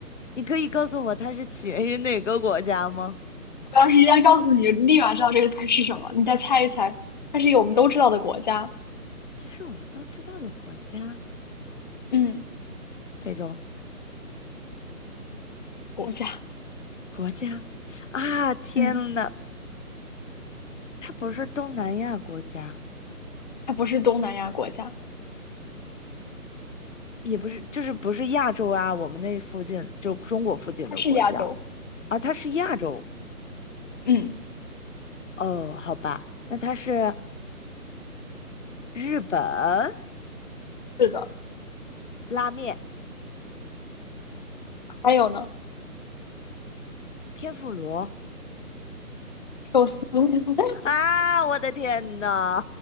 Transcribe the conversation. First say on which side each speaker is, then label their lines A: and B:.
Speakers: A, on the left; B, on the left.
A: 你可以告诉我它是起源于哪个国家吗？
B: 我要是一旦告诉你，就立马知道这个菜是什么，你再猜一猜，它是一个我们都知道的国家，
A: 它是我们都知道的国家，
B: 嗯
A: 非洲
B: 国家，
A: 国家啊！天呐，
B: 嗯
A: 它不是东南亚国家，
B: 它不是东南亚国家，
A: 也不是，就是不是亚洲啊，我们那附近就中国附近的国家
B: 它是亚洲。
A: 啊，它是亚洲。
B: 嗯，
A: 哦，好吧，那它是日本
B: 是的，
A: 拉面、
B: 还有呢，
A: 天妇罗
B: 寿司，<laughs>
A: 啊！我的天呐，